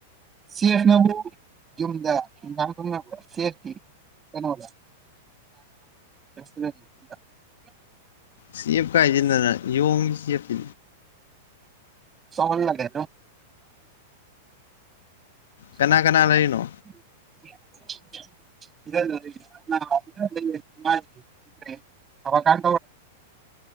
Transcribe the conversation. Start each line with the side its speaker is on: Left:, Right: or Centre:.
Right: ꯁꯦꯐꯅꯕꯨ ꯌꯨꯝꯗ ꯏꯟꯁꯥꯡ ꯊꯅꯕ ꯁꯦꯐꯇꯤ ꯀꯩꯅꯣꯗ <unintelligible>
Left: ꯁꯤꯞ ꯀꯥꯏꯁꯤꯗꯅ ꯌꯣꯡꯒꯤ ꯁꯤꯞꯇ
Right: ꯁꯥꯎꯟ ꯂꯒ
Left: ꯀꯅꯥ
Right: <unintelligible>
Left: ꯀꯅꯥ ꯂꯩꯔꯤꯅꯣ
Right: ꯦꯕ ꯀꯥꯟ